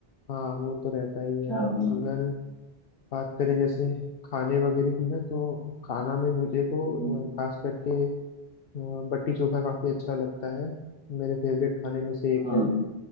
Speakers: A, on the left; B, on the left.
A: हाँ वो तो रहता ही है
B: क्या
A: अब
B: बोलूं
A: अगर बात करें जैसे खाने वगैरह की ना तो खाना में मुझे तो
B: हम्म,
A: अ, खास करके अ, बट्टी चोखा काफी अच्छा लगता है मेरे फेवरेट खाने में से एक
B: हाँ
A: है